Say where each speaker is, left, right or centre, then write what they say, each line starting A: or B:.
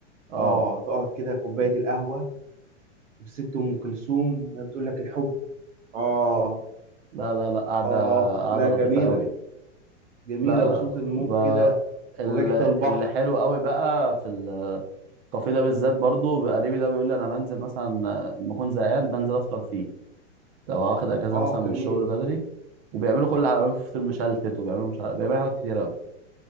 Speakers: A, on the right (about 55°); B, on the right (about 85°).
A: أه
B: اه تقعد كده كوبايه القهوه وست ام كلثوم وهي بتقول لك الحب اه
A: لا لا لا قاعدة
B: اه
A: قاعدة
B: لا
A: لطيفة
B: جميله
A: قوي
B: جميله
A: لا لا
B: وصوت الموج
A: ب...
B: كده
A: ال-
B: وريحه البحر
A: اللي حلو قوي بقى في الكافيه ده بالذات برضو قريبي ده بيقول لي أنا بنزل مثلا لما أكون زهقان بنزل أفطر فيه لو واخد أجازة
B: اه
A: مثلا من
B: جميل
A: الشغل بدري وبيعملوا كل حاجة بيعملوا فطير مشلتت وبيعملوا مش عارف بيعملوا حاجات كتير